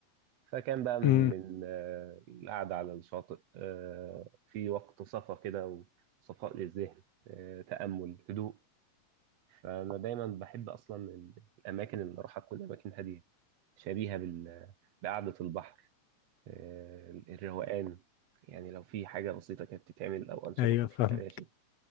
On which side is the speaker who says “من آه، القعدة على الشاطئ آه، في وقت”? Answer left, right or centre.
Right